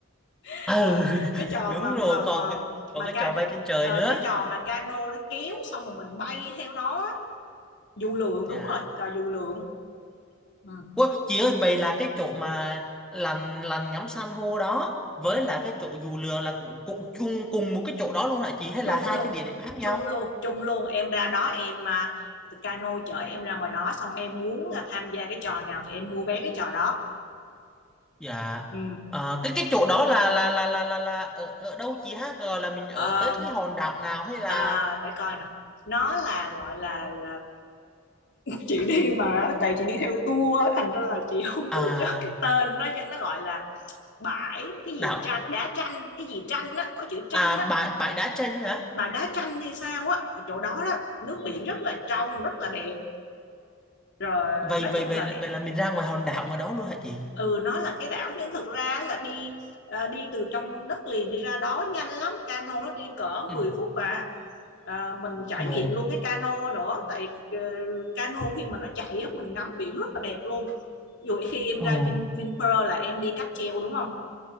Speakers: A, on the left; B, in the centre.
A: <laughs>
B: ừ
A: Tại-
B: <laughs>
A: cái trò
B: đúng
A: mà mà
B: rồi
A: mà
B: còn cái còn
A: mà
B: cái
A: can
B: trò bay trên trời
A: ờ,
B: nữa
A: cái trò mà cano nó kéo xong rồi mình bay theo nó á. dù lượn
B: dạ
A: đúng rồi trò dù lượn ừ,
B: Ủa, chị ơi vậy là cái chỗ mà lằn lằn ngắm san hô đó với
A: ừ.
B: là cái chỗ dù lừa là cũng cũng chung cùng một cái chỗ đó luôn hả chị hay
A: chung
B: là hai
A: luôn
B: cái địa điểm khác nhau?
A: chung luôn chung luôn em ra đó em à, cano chở em ra ngoài đó xong em muốn à, tham gia cái trò nào thì em mua vé cái trò đó
B: Dạ.
A: ừ.
B: Ờ, cái cái chỗ đó là là là là là, là ở ở đâu chị ha? Rồi là mình ở
A: Ờ,
B: tới cái hòn đảo nào hay là
A: à, để coi nè nó là gọi là, là chị đi mà tại chị đi theo tour á, thành ra là chị không có
B: à
A: nhớ cái tên nó nó gọi là bãi cái gì
B: đảo
A: tranh đá tranh cái gì tranh á có chữ tranh
B: à
A: á
B: bãi bãi đá tranh hả?
A: mà đá tranh hay sao á ở chỗ đó đó nước biển rất là trong rất là đẹp rồi
B: Vậy
A: nói
B: vậy
A: chung
B: vậy
A: là
B: vậy là mình ra ngoài hòn đảo ngoài đó luôn hả chị?
A: ừ nó là cái đảo nhưng thực ra là đi à, đi từ trong đất liền đi ra đó nhanh lắm cano nó đi cỡ
B: Ừ.
A: 10 phút à À, mình trải
B: Ồ.
A: nghiệm luôn cái cano nữa tại ờ, cano khi mà nó chạy á mình ngắm biển rất là đẹp luôn Ví dụ khi em
B: Ồ.
A: ra Vin, Vinpearl là em đi cáp treo đúng không